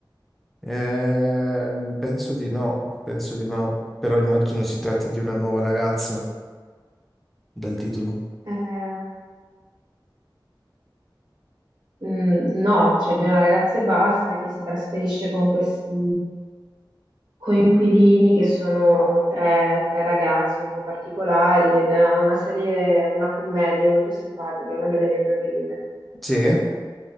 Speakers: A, in the centre; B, on the right (about 80°).
A: Ehm, penso di no, penso di no, però immagino si tratti di una nuova ragazza dal titolo.
B: Eh, mm, no, cioè di una ragazza e basta che si trasferisce con questi coinquilini che sono tre, tre ragazzi un po' particolari ed è una serie, una commedia molto simpatica, è una delle mie preferite.
A: Sì?